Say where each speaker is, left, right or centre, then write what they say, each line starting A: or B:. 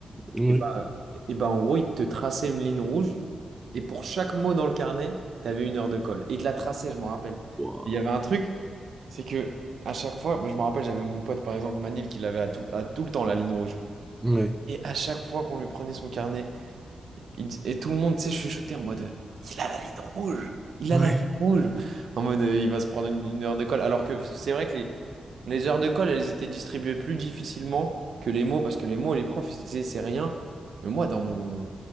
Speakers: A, on the right (about 15°); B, on the right (about 70°).
A: Ouais.
B: Et ben, et ben, en gros, il te traçait une ligne rouge, et pour chaque mot dans le carnet, t'avais une heure de colle. Et il te la traçait, je me rappelle. Et
A: Ouah.
B: Il y avait un truc, c'est que, à chaque fois, moi, je me rappelle, j'avais mon pote, par exemple, Manil, qui l'avait à tout, à tout le temps, la ligne rouge.
A: Ouais.
B: Et à chaque fois qu'on lui prenait son carnet, il et tout le monde, tu sais, chuchotait en mode, il a la ligne rouge, il
A: Ouais.
B: a la ligne rouge, en mode, euh, il va se prendre une, une heure de colle. Alors que c'est vrai que les, les heures de colle, elles étaient distribuées plus difficilement que les mots, parce que les mots, les profs, ils se disaient, c'est rien. Mais moi, dans mon,